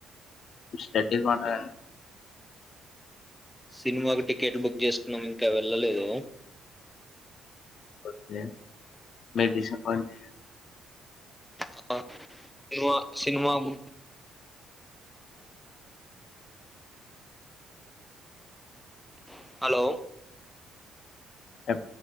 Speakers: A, on the left; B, in the centre.
A: స్టడీ మాడి
B: సినిమాకు టికెట్ బుక్ చేసుకున్నాం ఇంకా వెళ్ళలేదు
A: ఓకే మరి డిస్సపోఇంట్ చేయకు
B: సినిమాకి టికెట్ బుక్ చేసుకున్నాం ఇంకా వెళ్ళలేదు ఆ, సినిమా సినిమా ము అ హలోల
A: ఎ